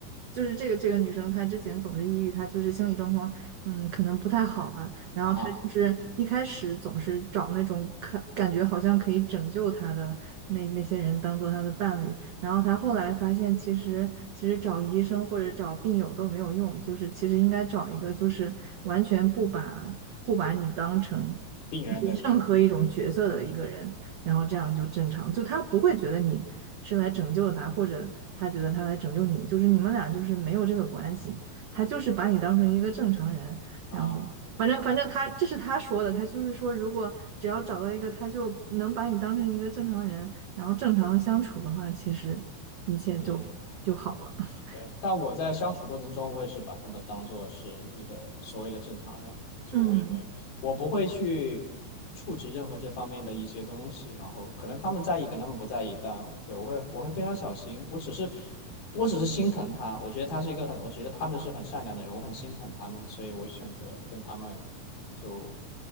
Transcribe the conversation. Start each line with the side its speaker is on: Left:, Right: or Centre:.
Right: 就是这个这个女生她之前总是抑郁，她就是心理状况，嗯，可能不太好吧。然后她就是一开始总是找那种可感觉好像可以拯救她的那那些人当做她的伴侣，
Left: 啊，
Right: 然后她后来发现其实其实找医生或者找病友都没有用，就是其实应该找一个就是完全不把不把你当成。
Left: 病人的人，
Right: 就是任何一种角色的一个人，然后这样就正常，就他不会觉得你是来拯救了他，或者他觉得他来拯救你，就是你们俩就是没有这个关系，他就是把你当成一个正常人，
Left: 嗯
Right: 然后反正反正他这是他说的，
Left: 啊
Right: 他就是说如果只要找到一个他就能把你当成一个正常人，然后正常的相处的话，其实一切就就好了。
Left: 嗯。
Right: <laughs>
Left: 对，但我在相处过程中，我也是把他们当做是一个所谓的正常人，就我也没有，
Right: 嗯，
Left: 我不会去触及任何这方面的一些东西，然后可能他们在意，可能他们不在意，但对，我会我会非常小心，我只是我只是心疼他，我觉得他是一个很，我觉得他们是很善良的人，我很心疼他们，所以我选择跟他们就